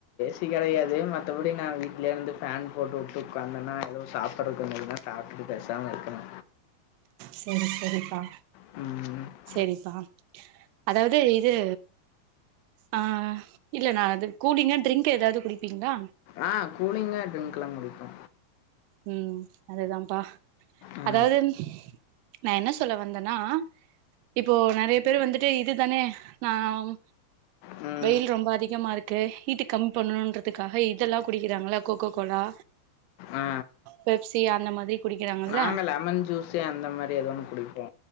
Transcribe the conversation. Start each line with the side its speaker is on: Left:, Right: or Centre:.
Left: அப்டி கெடையாது மத்தபடி நா வீட்லேர்ந்து ஃபேன் போட்டு வுட்டு உக்காந்தேனா எதுவு சாப்பிறதுக்கு கொஞ்சோ இதுனா சாப்டுட்டு பேசாம இருக்கணு
Right: செரி செரிப்பா
Left: ம்
Right: செரிப்பா அதாவது இது ஆ இல்ல நா அது கூலிங்கா ட்ரிங்க் எதாது குடுப்பீங்களா
Left: ஆ கூலிங்கா ட்ரிங்க்லா குடிப்பே
Right: ம் அதுதாப்பா
Left: ஆ.
Right: அதாவது நா என்ன சொல்ல வந்தேன்னா இப்போ நெறைய பேரு வந்துட்டு இதுதானே நாம்
Left: ம்
Right: வெயில் ரொம்ப அதிகமாக இருக்கு கீட் கம்மி பண்ணணுன்றதுக்காக இதெல்லா குடிக்கிறாங்கள கோக்கோ கோலா
Left: ஆ.
Right: பெப்சி அந்த மாதிரி குடிக்கிறாங்கல்ல
Left: நாங்க லெமன் ஜூஸு அந்த மாரி எதோ ஒன்னு குடிப்போ